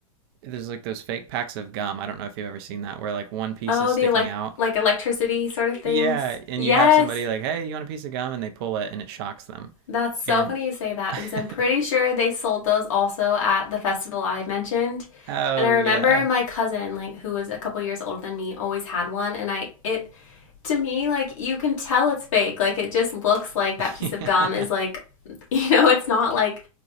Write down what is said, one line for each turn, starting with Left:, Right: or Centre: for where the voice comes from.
Right: there's like those fake packs of gum. I don't know if you've ever seen that, where like one piece
Left: Oh,
Right: is sticking
Left: the elect
Right: out
Left: like electricity sort of things.
Right: Yeah, and
Left: Yes.
Right: you have somebody like, "Hey, you want a piece of gum?" and they pull it and it shocks them.
Left: That's so
Right: And
Left: funny you say that
Right: <laughs>
Left: because I'm pretty sure they sold those also at the festival I mentioned.
Right: oh
Left: And I remember
Right: yeah.
Left: my cousin, like who was a couple years older than me, always had one and I it to me like you can tell it's fake. Like it just looks like that
Right: <laughs>
Left: piece of gum is like <laughs> you know, it's not like